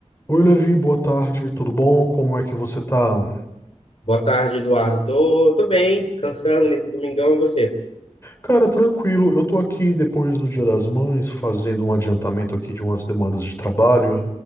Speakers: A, on the left (about 20°); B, on the left (about 55°).
A: Oi, Levi, boa tarde, tudo bom? Como é que você tá?
B: Boa tarde, Eduardo. Tô, tô bem, descansando nesse domingão, e você?
A: Cara, tranquilo, eu tô aqui depois do Dia das Mães, fazendo um adiantamento aqui de umas demandas de trabalho.